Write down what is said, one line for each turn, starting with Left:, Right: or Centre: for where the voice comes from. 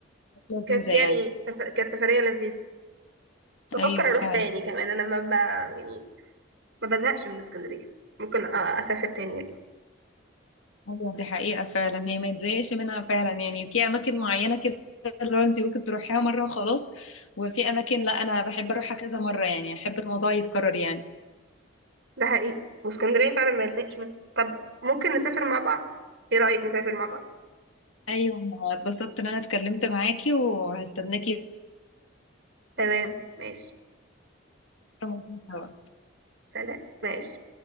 Left: حاجات
Right: كانت
Left: لذيذة
Right: يعني
Left: يعني
Right: سف- كانت سفريه لذيذه بفكر
Left: أيوة
Right: اروح
Left: فعلا
Right: تاني كمان انا ما ب... يعني ما بزهقش من اسكندريه ممكن أ- اسافر تاني يعني.
Left: أيوة دي حقيقة فعلا هي ما تزهقش منها فعلا يعني في أماكن معينة كده اللي هو أنت ممكن تروحيها مرة وخلاص وفي أماكن لا أنا بحب أروحها كذا مرة يعني أحب الموضوع يتكرر يعني
Right: ده حقيقي واسكندريه فعلا ما بزهقش منها طب ممكن نسافر مع بعض ايه رايك نسافر مع بعض
Left: أيوة أنا اتبسطت إن أنا اتكلمت معاكي وهستناكي
Right: تمام ماشي
Left: مرة سوا
Right: سلام ماشي